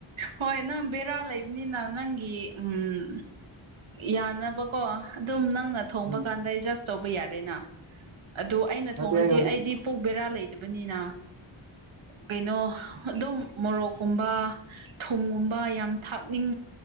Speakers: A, on the right; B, on the right.
A: ꯍꯣꯏ ꯅꯪ ꯕꯦꯔꯥ ꯂꯩꯕꯅꯤꯅ ꯅꯪꯒꯤ ꯎꯝ ꯌꯥꯅꯕꯀꯣ ꯑꯗꯨꯝ ꯅꯪꯅ ꯊꯣꯡꯕ
B: ꯎꯝ
A: ꯀꯥꯟꯗ ꯑꯩ ꯖꯁ ꯇꯧꯕ ꯌꯥꯔꯦꯅ ꯑꯗꯨ ꯑꯩꯅ
B: ꯅꯠꯇꯦ
A: ꯊꯣꯡꯔꯗꯤ
B: ꯑꯩ ꯍꯧꯖꯤꯛ
A: ꯑꯩꯗꯤ ꯄꯨꯛ ꯕꯦꯔꯥ ꯂꯩꯇꯕꯅꯤꯅ ꯀꯩꯅꯣ ꯑꯗꯨꯝ ꯃꯣꯔꯣꯛꯀꯨꯝꯕ ꯊꯨꯝꯒꯨꯝꯕ ꯌꯥꯝ ꯊꯥꯛꯅꯤꯡ